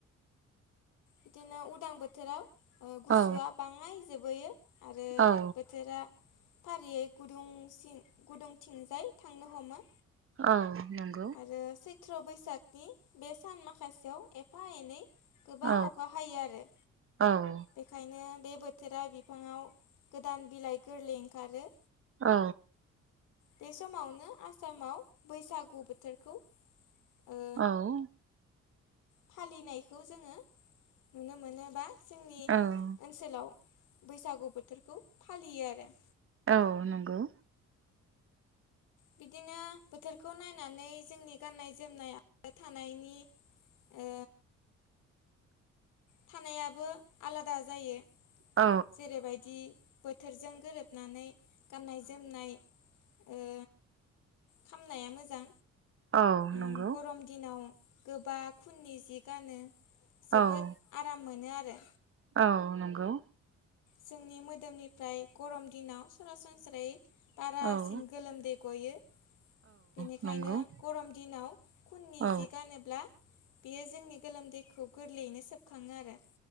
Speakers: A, on the left; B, on the right.
A: बिदिनो उदां बोथोराव ओ गुसुआ
B: औ
A: बांनाय जोबहैयो। आरो
B: औ
A: बोथोरा फारियै गुदुंं सिन गुदुंथिंजाय थांनो हमो।
B: औ नंगौ।
A: <unintelligible> सैथ्र' बैसागनि बे सान माखासेयाव एफा एनै गोबां
B: औ
A: अखा हायो आरो।
B: औ औ।
A: बेखायनो बे बोथोरा बिफाङाव गोदान बिलाइ गोरलै ओंखारो।
B: औ।
A: बे समावनो आसामाव बैसागु बोथोरखौ ओ
B: औ।
A: फालिनायखौ जोङो नुनो मोनोबा जोंनि ओनसो
B: औ
A: सोलाव बैसागु बोथोरखौ फालियो आरो।
B: औ नंगौ।
A: बिदिनो बोथोरखौ नायनानै जोंनि गाननाय जोमनाय आरो थानायनि ओ थानायाबो आलादा जायो
B: औ
A: जेरै बायदि बोथोरजों गोरोबनानै गाननाय जोमनाय ओ खामनाया मोजां
B: औ नंगौ औ नंगौ
A: ओम गरम दिनाव गोबा खुननि जि गानो जोबोद
B: औ
A: आराम मोनो आरो।
B: औ नंगौ।
A: जोंनि मोदोमनिफ्राय गरम दिनाव सरासनस्रायै बारासिन
B: औ
A: गोलोमदै गयो बेनिखायनो
B: औ नंगौ
A: गरम दिनाव खुननि
B: औ
A: जि गानोब्ला बेयो जोंनि गोलोमदैखौ गोरलैयैनो सोबखाङो आरो।